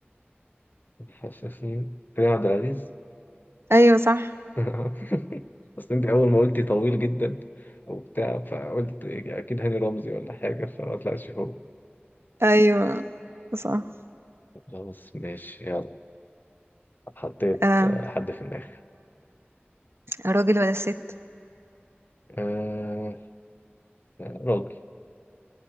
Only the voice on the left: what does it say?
حشاشين كريم عبد العزيز
<laughs> اصل انت اول ما قلتي طويل جدا وبتاع فقلت اكيد هاني رمزي ولا حاجه فما طلعش هو
خلاص ماشي يلا حطيت
آه، حد في دماغي
آه راجل